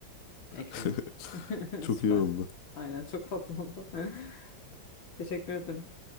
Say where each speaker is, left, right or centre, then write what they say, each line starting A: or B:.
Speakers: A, on the left; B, on the left.
A: <laughs>
B: ekranı. <laughs>
A: Çok
B: Süper.
A: iyi oldu.
B: Aynen çok tatlı oldu. <laughs> Teşekkür ederim.